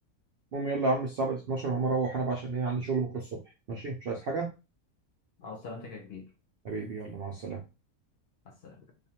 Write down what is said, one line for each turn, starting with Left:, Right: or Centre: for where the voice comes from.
Right: المهم يلا يا عم الساعه بقت 12 هقوم اروح انا بقى عشان ايه عندي شغل بكره الصبح ماشي مش عايز حاجه
Left: على سلامتك يا كبير
Right: حبيبي يلا مع السلامه
Left: على السلامه